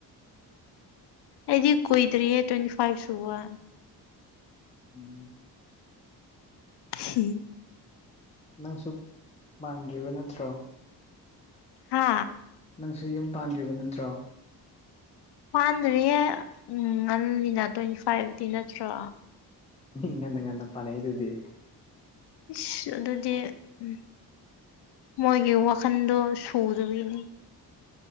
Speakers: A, on the left; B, on the left.
A: ꯑꯩꯗꯤ ꯀꯨꯏꯗ꯭ꯔꯤꯌꯦ ꯇ꯭ꯋꯦꯟꯇꯤ ꯐꯥꯏꯚ ꯁꯨꯕ
B: ꯎꯝ
A: ꯍ
B: ꯅꯪꯁꯨ ꯃꯥꯟꯗ꯭ꯔꯤꯕ ꯅꯠꯇ꯭ꯔꯣ
A: ꯍꯥ
B: ꯅꯪꯁꯨ ꯌꯨꯝ ꯄꯥꯟꯗ꯭ꯔꯤꯕ ꯅꯠꯇ꯭ꯔꯣ
A: ꯄꯥꯟꯗ꯭ꯔꯦ ꯎꯝ ꯉꯜꯂꯤꯅ ꯇ꯭ꯋꯦꯟꯇꯤ ꯐꯥꯏꯚꯇꯤ ꯅꯠꯇ꯭ꯔꯣ
B: ꯃꯤ ꯉꯟꯅ ꯉꯟꯅ ꯐꯥꯅꯩ ꯑꯗꯨꯗꯤ
A: ꯏꯁꯁ ꯑꯗꯨꯗꯤ ꯎꯝ ꯃꯣꯏꯒꯤ ꯋꯥꯈꯜꯗꯣ ꯁꯨꯗꯔꯤꯅꯤ